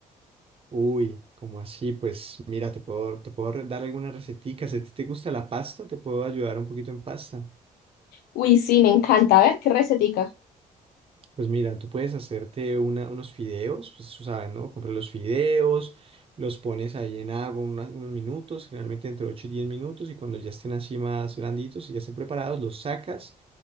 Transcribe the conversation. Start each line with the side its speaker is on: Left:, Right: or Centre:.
Right: Uy, como así? Pues mira, te puedo, te puedo re- dar algunas receticas. Si a ti te gusta la pasta, te puedo ayudar un poquito en pasta.
Left: Uy, sí, me encanta. A ver, qué recetica.
Right: Pues mira, tú puedes hacerte una- unos fideos, pues tú sabes, ¿no? Compras los fideos, los pones ahí en agua unas- unos minutos, generalmente entre 8 y 10 minutos, y cuando ya estén así más blanditos y ya estén preparados, los sacas,